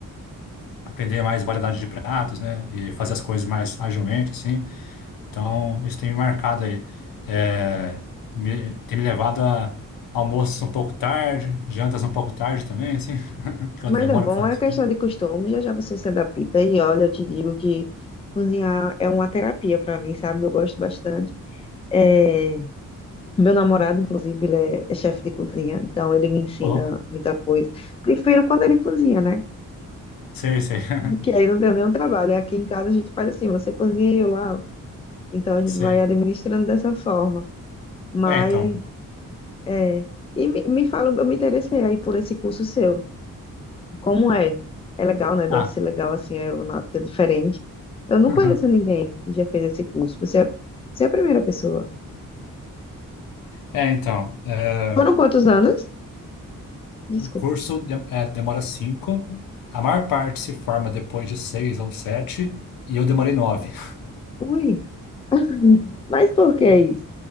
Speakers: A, on the left; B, on the left.
A: aprender mais variedade de pratos, né? E fazer as coisas mais agilmente, assim. Então, isso tem me marcado aí. É, me- tem me levado a almoços um pouco tarde, jantas um pouco tarde também, assim, <laughs> que eu
B: Mas
A: demoro
B: é bom,
A: para fazer
B: é
A: isso.
B: questão de costume, já já você se adapta. E olha, eu te digo que cozinhar é uma terapia para mim, sabe? Eu gosto bastante. É, Meu namorado, inclusive, ele é, é chefe de cozinha, então ele me ensina
A: Ô, louco.
B: muita coisa. Prefiro quando ele cozinha, né?
A: Sei, sei. <laughs>
B: Que aí não tem nenhum trabalho. Aqui em casa a gente faz assim, você cozinha e eu lavo. Então a gente
A: Sei.
B: vai administrando dessa forma. Mas
A: É, então.
B: É. E me, me fala, eu me interessei aí por esse curso seu. Como é? É legal, né? Deve
A: Ah.
B: ser legal, assim, a aeronáutica é diferente. Eu não
A: <laughs>
B: conheço ninguém que já fez esse curso. Você é, você é a primeira pessoa.
A: É, então. É,
B: Foram quantos anos? Desculpa.
A: um curso de- é, demora cinco. A maior parte se forma depois de seis ou sete, e eu demorei nove.
B: Ui. <laughs> Mas por que
A: <laughs>
B: isso?